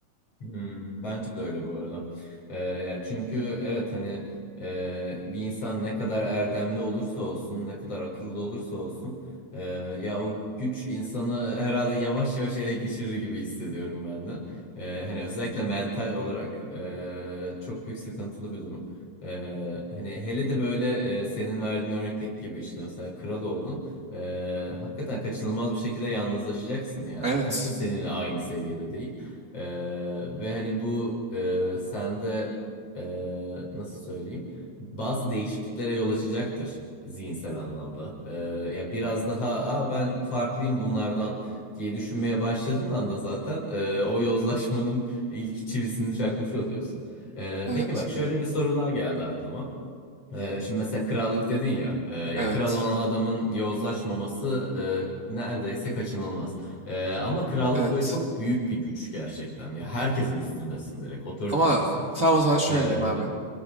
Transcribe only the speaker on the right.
Evet.
Evet.
Evet.
Evet.
Ama
tamam o zaman şöyle
diyeyim abi.